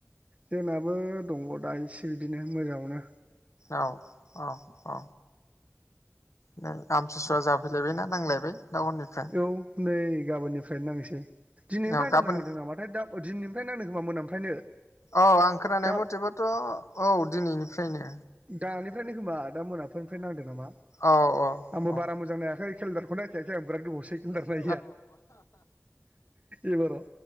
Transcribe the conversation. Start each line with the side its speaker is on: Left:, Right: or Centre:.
Right: जोंनाबो दङ दा इसे बिदिनो मोजांङावनो!
Left: औ औ औ। नै आमथिसुवा जाफैलायबायना नांलायबाय। टाउननिफ्राय
Right: औ नै गाबोननिफ्रायनो नांनोसै दिनैनिफ्राय
Left: औ गाबोन
Right: आद नांदों नामाथायै। ओमफ्राय नांनो खोमा मोनानिफ्रायनो
Left: औ आं खोनानाय
Right: गा
Left: मथेबाथ' औ दिनैनिफ्रायनो
Right: दानिफ्रायनो खोमा दा मोनाफोरनिफ्राय नांदों नामा
Left: औ औ
Right: आंबो
Left: औ
Right: बारा मोजां नायाखै केलेनदारखौ नायखायाखै आं। बिराद गोबावसै केलेदार नायैया
Left: औ
Right: एबाराव